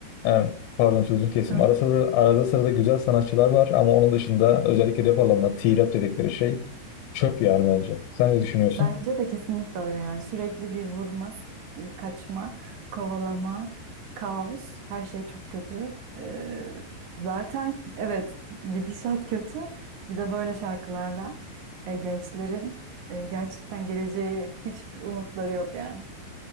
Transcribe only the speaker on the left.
e, pardon sözünü kesim.
Arada sırada, arada sırada güzel sanatçılar var ama onun dışında özellikle rap alanında T-rap dedikleri şey çöp yani bence. Sen ne düşünüyorsun?